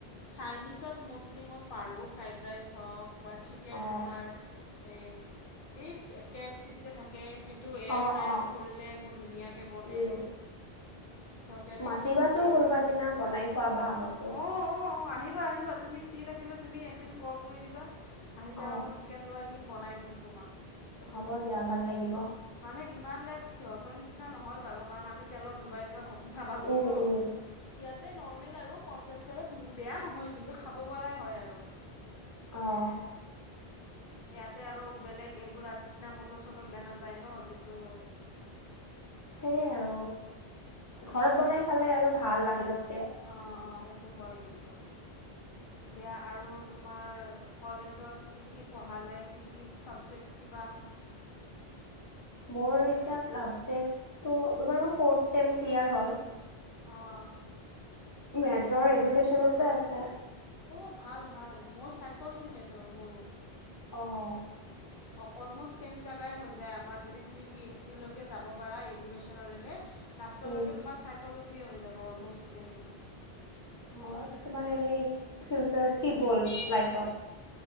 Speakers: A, on the left; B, on the left.
A: চাইনিজত ম'ষ্টলি মই পাৰোঁ ফ্ৰাইড ৰাইচ হওক বা- চিকেন
B: অ',
A: তোমাৰ এই এই কে এফ চিত যে থাকে সেই টো এয়াৰ
B: অ',
A: ফ্ৰায়াৰত
B: অ',
A: কৰিলে মোৰ ধুনীয়াকে বনে।
B: উম।
A: চ তেনেকে
B: মাতিবাচোন
A: খাব পাৰে
B: কোনোবা
A: অ,
B: দিনা বনাই খোৱাবা আমাকো।
A: অ, অ আহিবা, আহিবা। তুমি ফ্ৰী থাকিলে তুমি এদিন কল কৰি দিবা আহি যাবা
B: অঁ
A: মই চিকেন লৈ আহিম বনাই দিম তোমাক।
B: হ'ব দিয়া ভাল লাগিব।
A: মানে ইমান লাইক সিহতৰ নিচিনা নহয় বাৰু কাৰণ আমি তেলত ডুবাই ডুবাই ভাজি নাভাজো
B: উম
A: ত। ইয়াতে
B: উম
A: নৰ্মেল আৰু কনফেক্সাৰে ধুন বেয়া নহয় কিন্তু খাব পৰাই হয় আৰু।
B: অঁ,
A: ইয়াতে আৰু বেলেগ এইবোৰ আদিনা মট চট দিয়া নাযায় ন যিটো।
B: সেয়ে আৰু, ঘৰত বনাই খালে আৰু ভাল বাহিৰতকে।
A: অঁ অঁ সেইটো হয় কিন্তু। দিয়া আৰু তোমাৰ কলেজত কি কি পঢ়ালে কি কি চাবজেক্টছ কিবা
B: মোৰ এতিয়া ছাবজেক্টটো এইবাৰ মোৰ ফৰ্থ চেম ক্লিয়াৰ হ'ল
A: অঁ
B: মেজৰ এডুকেশ্যনতে আছে
A: অঁ ভাল ভাল মোৰ চাইকলজি মেজৰ মোৰ
B: অঁ
A: <unintelligible> অক অলম'ষ্ট ছেম জেগাই হৈ যায় আমাৰ যদি তুমি পি এইচ ডি লৈকে যাব পাৰা এডুকেশ্যনৰেলে নাচলৈকে
B: উম
A: তোমাৰ চাইকলজিয়ে হৈ যাব অলমষ্ট গোটেইখিনি।
B: অঁ তোমাৰ এনেই ফিউচাৰত কি গ'ল লাইফত?